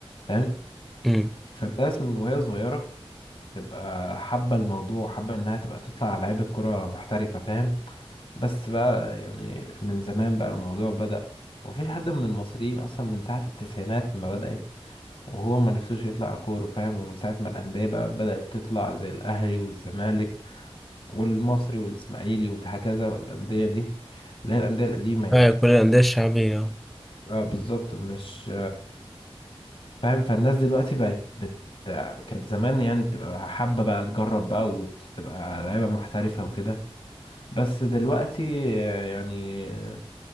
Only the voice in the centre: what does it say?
امم
كل الأندية الشعبية